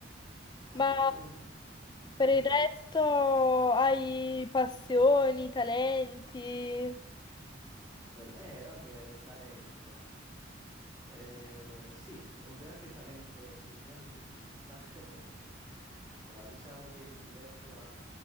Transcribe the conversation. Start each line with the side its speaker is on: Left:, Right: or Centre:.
Right: vabbè,
Left: Ma
Right: comunque,
Left: Per
Right: dimmi.
Left: il resto hai passioni, talenti?
Right: Tal- Eh, vabbè, talento. Eh, sì, ho un grande talento, sono un grande musicista. <laughs> No, diciamo che mi diverto a,